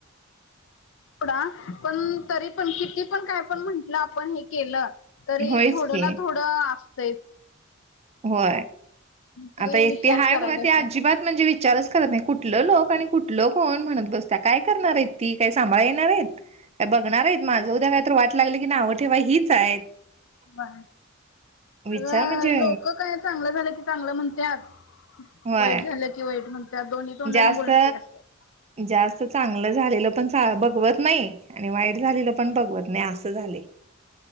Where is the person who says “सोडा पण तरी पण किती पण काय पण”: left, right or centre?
Left